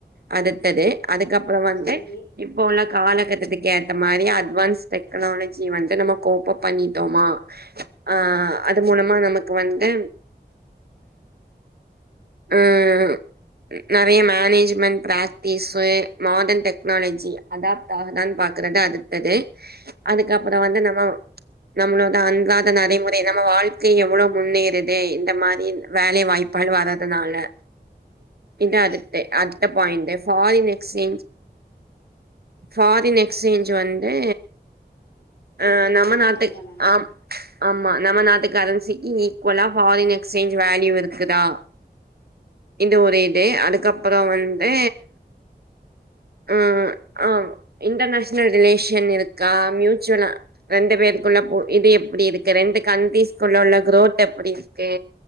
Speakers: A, on the right; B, on the left.
A: அடுத்தது அதுக்கப்பற வந்து
B: சேரி
A: இப்போ உள்ள காலகட்டத்துக்கு ஏத்த மாரி அட்வான்ஸ் டெக்னாலஜி வந்து நம்ம கோப்ப பண்ணிட்டோமா ஆ அது மூலமா நமக்கு வந்து ம் ந நெறய management practice modern technology adapt ஆக தான்னு பாக்கறது அடுத்தது அதுக்கப்பற
B: ஆ
A: வந்து நம்ம நம்மளோட அன்றாத நடைமுறை நம்ம வாழ்க்கை எவ்ளோ முன்னேருது இந்த மாரி வேலை வா ய்ப்பால் வரத நாளா இது அடுத் அடுத்த point foreign exchange foreign exchange வந்து அ
B: எப்டிலா
A: நம்ம நாட்டு
B: ஏ பண்ணலா
A: ஆம் ஆமா நம்ம நாட்டு கரன்சிக்கு ஈக்குவலா ஃபாரின் எக்ஸ்சேஞ்ச் வேல்யூ இருக்குதா இந்த ஒரு இது அதுக்கப்பற வந்து ம் ஆ இன்டர்நேஷ னல் ரிலேஷன் இருக்கா மியூச்சுவலா ரெண்டு பேருக்குள்ள போ இது எப்டிருக்கு ரெண்டு கண்ட்ரிஸ்குள்ள உள்ள குரோத் எப்டிருக்கு